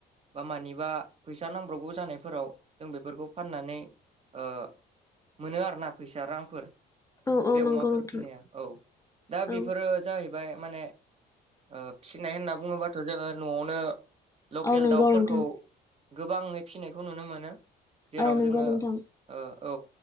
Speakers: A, on the right (about 35°); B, on the left (about 20°).
A: बा मानिबा फैसा नांब्रावगौ जानायफोराव जों बेफोरखौ फाननानै ओ मोनो आरोना फैसा रांफोर
B: औ औ
A: बे अमाफोर
B: नंगौ नोंथां
A: फिनाया औ दा
B: औ
A: बेफोरो जाहैबाय माने ओ फिनाय होनना बुङोबाथ' जोङो न'वावनो लकेल
B: औ नंगौ
A: दाउफोरखौ
B: नोंथां
A: गोबाङै फिनायखौ नुनो मोनो जेराव
B: औ नंगौ
A: जोङो
B: नोंथां
A: ओ औ